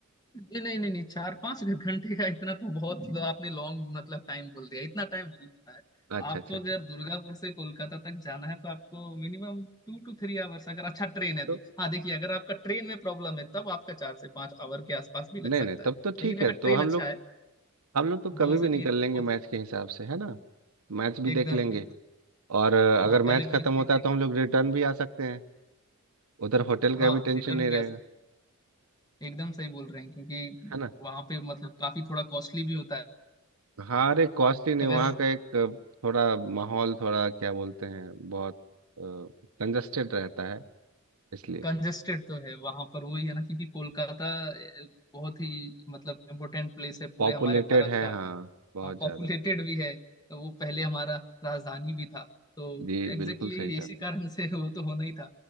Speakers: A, on the left (about 20°); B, on the right (about 85°).
A: जी नहीं नहीं नहीं चार पाँच घंटे का इतना तो बहुत आपने लॉन्ग मतलब टाइम बोल दिया इतना टाइम नहीं होता है
B: अच्छा
A: आपको
B: अच्छा
A: अगर
B: अच्छा
A: दुर्गापुर से कोलकाता तक जाना है तो आपको minimum two to three hours अगर अच्छा ट्रेन है
B: तो
A: तो हाँ देखिए अगर आपका ट्रेन में प्रॉब्लम है तब आपका चार से पाँच आवर के आसपास भी लग
B: नहीं नहीं
A: सकता
B: तब
A: है
B: तो ठीक
A: लेकिन
B: है
A: अगर ट्रेन
B: तो हम
A: अच्छा
B: लोग
A: है
B: हम लोग तो कभी
A: दो से
B: भी निकल
A: तीन
B: लेंगे
A: बहुत है
B: मैच के हिसाब से है ना मैच भी
A: एकदम
B: देख लेंगे
A: एकदम
B: और अ, अगर
A: हाँ पहले
B: मैच
A: मैच
B: खत्म होता
A: देख लेंगे
B: है तो हम लोग रिटर्न भी आ सकते हैं उधर होटल
A: हाँ
B: का भी टेंशन
A: रिटर्न
B: नहीं
A: भी
B: रहेगा
A: आ सकता है एकदम सही बोल रहे हैं क्योंकि
B: है ना
A: वहां पे मतलब काफी थोड़ा कॉस्टली भी होता है
B: हाँ अरे कॉस्टली नहीं
A: अगर
B: वहाँ का एक अ, थोड़ा माहौल थोड़ा क्या बोलते हैं बहुत कंजस्टेड रहता है इसलिए
A: कंजेस्टेड तो है वहां पर वही है ना क्योंकि कोलकाता अ, बहुत ही मतलब इम्पोर्टेंट प्लेस है पूरे
B: पॉपुलेटेड
A: हमारे भारत
B: है
A: का
B: हाँ बहुत
A: हाँ पॉपुलेटेड
B: ज़्यादा
A: भी है तो वो पहले हमारा राजधानी भी था तो
B: जी
A: एग्जैक्टली
B: बिल्कुल सही
A: exactly
B: कहा
A: इसी कारण से वो तो होना ही था